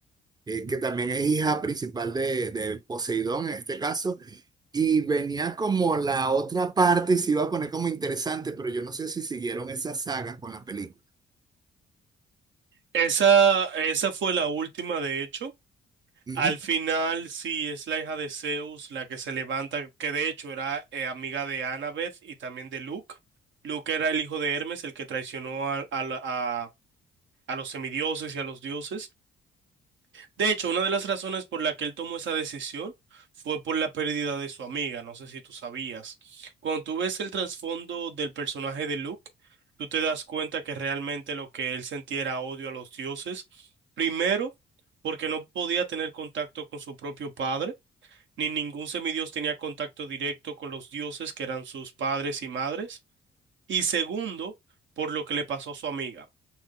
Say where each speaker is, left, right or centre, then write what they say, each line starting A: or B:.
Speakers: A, on the right; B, on the right.
A: eh, que también es hija principal de, de Poseidón en este caso. Y venía como la otra parte y se iba a poner como interesante, pero yo no sé si siguieron esa saga con la película.
B: Esa, esa fue la última, de hecho.
A: Ujú.
B: Al final, sí, es la hija de Zeus la que se levanta, que de hecho era eh, amiga de Annabeth y también de Luke. Luke era el hijo de Hermes, el que traicionó a, a, la- a a los semidioses y a los dioses. De hecho, una de las razones por la que él tomó esa decisión fue por la pérdida de su amiga, no sé si tú sabías. Cuando tú ves el trasfondo del personaje de Luke, tú te das cuenta que realmente lo que él sentía era odio a los dioses. Primero, porque no podía tener contacto con su propio padre, ni ningún semidios tenía contacto directo con los dioses que eran sus padres y madres. Y segundo, por lo que le pasó a su amiga